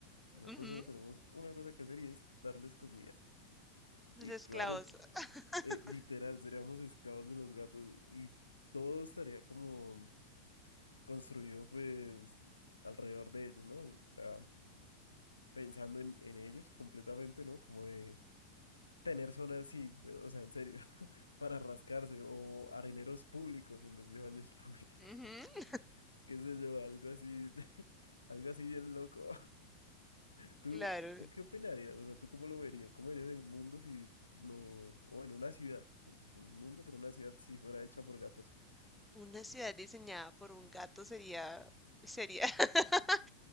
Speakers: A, on the left; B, in the centre.
A: Nosotros
B: Ujú,
A: solo tenemos una cosa que hacer y es darles comida.
B: Los
A: Y
B: esclavos.
A: claro,
B: <laughs>
A: eh, literal, seríamos esclavos de los gatos y todo estaría como construido pues alrededor de ellos, ¿no? O sea, pensando en, en ellos completamente, ¿no? Como de tener zonas así, de- o sea, en serio, <laughs> para rascarse o areneros públicos en vez de baños públicos,
B: Ujú,
A: <laughs> qué sé yo, algo así, <laughs> algo así bien loco. <laughs> ¿Tú,
B: Claro,
A: tú qué opinarías? O sea, ¿tú cómo lo verías? ¿Cómo verías el mundo si lo, o en una ciudad, un mundo, pero una ciudad si fuera hecha por gatos?
B: una ciudad diseñada por un gato sería... sería... <laughs>